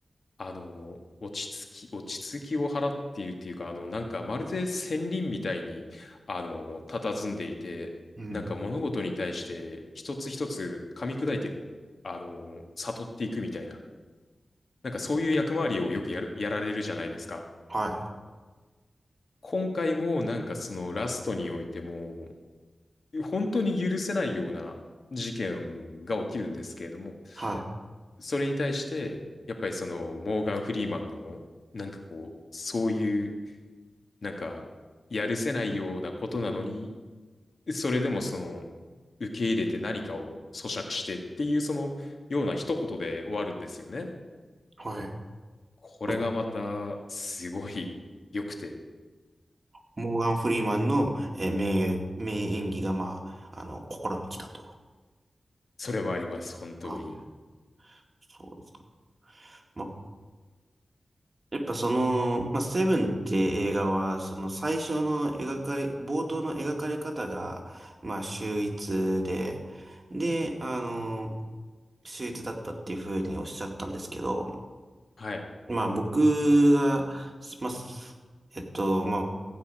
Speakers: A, on the left (about 65°); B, on the right (about 40°).
A: あの、落ち着き、落ち着きを払っているっていうか、あの、なんかまるで仙人みたいに、あの、佇んでいて、
B: うん。
A: なんか物事に対して一つ一つ噛み砕いて、あの、悟っていくみたいな、なんかそういう役回りをよくやる、やられるじゃないですか。
B: はい。
A: 今回もなんかそのラストにおいても、本当に許せないような事件が起きるんですけれども、
B: はい。
A: それに対して、やっぱりそのモーガン・フリーマンの、なんかこう、そういうなんか、やるせないようなことなのに、それでもその、受け入れて何かを咀嚼してっていう、その、ような一言で終わるんですよね。
B: はい。
A: これがまた、
B: ま
A: すごい良くて、
B: モーガン・フリーマンの、えー名、名演技が、まあ、あの、心に来たと。
A: それもあります、本当に。
B: はい。そうですか。まあ、やっぱその、まあ、セブンって映画は、その最初の描かれ、冒頭の描かれ方が、まあ、秀逸で、で、あの、秀逸だったっていうふうにおっしゃったんですけど、
A: はい。
B: まあ僕が、まあ、すえっと、まあ